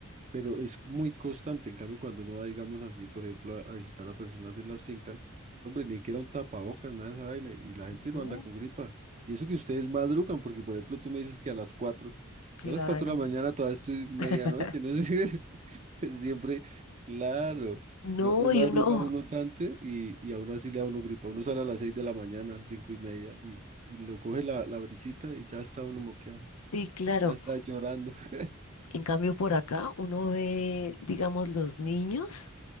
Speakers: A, on the right; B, on the left.
A: pero es muy constante. En cambio, cuando uno va, digamos así, por ejemplo, a, a visitar a personas en las fincas, hombre, ni siquiera un tapabocas, nada de esa vaina, y la gente
B: no,
A: no anda con gripa. Y eso que ustedes madrugan, porque por ejemplo, tú me dices que a las 4,
B: claro.
A: yo a las 4 de la mañana todavía estoy medianoche,
B: <laughs>
A: no sé, <laughs> pues siempre, claro.
B: No,
A: No, no madruga
B: y uno,
A: uno tanto y, y aún así le da uno gripa. Uno sale a las 6 de la mañana, cinco y media, y, y lo coge la, la brisita y ya está uno moqueado,
B: sí, claro.
A: ya está llorando. <laughs>
B: En cambio, por acá uno ve, digamos, los niños.